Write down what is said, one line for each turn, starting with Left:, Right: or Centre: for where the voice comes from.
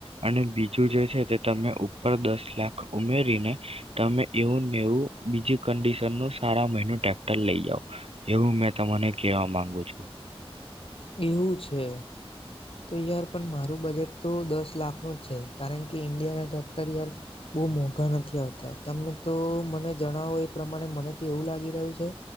Right: અને બીજું જે છે તે તમે ઉપર દસ લાખ ઉમેરીને તમે એવુંનેવું બીજી કડિશન નું સારા મહિનું ટ્રેક્ટર લઈ જાાવ એવું મેં તમાને કવા માંગુ છું.
Left: એવું છે તો યાર પણ મારું બજેટ તો દસ લાખનું જ છે કારણ કે ઈન્ડિયાના ટ્રેક્ટર યાર બહુ મોંઘા નથી આવતા તમે તો મને જણાવો એ પ્રમાણે મને તો એવું લાગી રહ્યું છે